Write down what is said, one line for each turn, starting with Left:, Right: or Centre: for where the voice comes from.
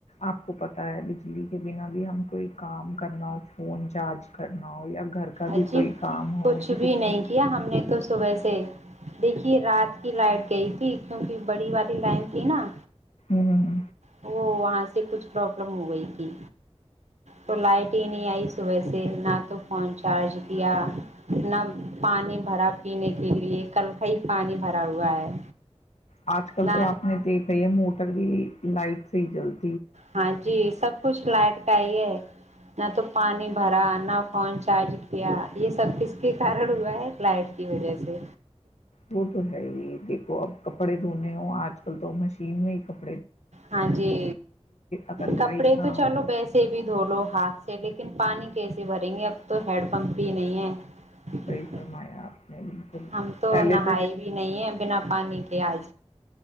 Left: آپ کو پتا ہے جی کے بنا بھی ہم کوئی کام کرنا ہو فون چارج کرنا ہو یا گھر کا
Right: اجی
Left: بھی کوئی کام
Right: کچھ
Left: ہو تو
Right: بھی
Left: کتنے
Right: نہیں کیا ہم نے تو صبح سے دیکھیے یہ رات کی لائٹ گئی تھی کیوںکہ بڑی والی لائن تھی نا
Left: ہوں
Right: وہ وہاں سے کچھ پرابلم ہو گئی تھی تو لائٹ ہی نہیں آئی صبح سے نہ تو فوننچ چارج کیا نہ پانی بھرا پینے کے لیے کل کا ہی پانی بھرا ہوا ہے
Left: آج کل
Right: نہ
Left: تو آپ نے دیکھا ہی ہے موٹر بھی لائٹ سیزنس
Right: ہاں جی سب کچھ لائٹ کا ہی ہے نہ تو پانی بھرا نہ فون چارج کیا یہ سب کز کے کارن ہوا ہے لائٹ کی وجہ سے
Left: وہ تو ہے ہی اب کپڑے دھونے ہ آج کل تو مشین میں ہی ک
Right: ہاں جی
Left: اگر لائٹ
Right: کپڑے
Left: نہ
Right: تو چلو
Left: ہو
Right: ویسے بھی دھو لو ہاتھ سے لیکن پانی کیسے بھریں گے اب تو ہیڈ پمپ بھی نہیں ہے
Left: صحیح فرمایا آپ نے بالکل
Right: ہم تو
Left: پہلے
Right: نہائے بھی نہیں ہے بنا پانی کے آج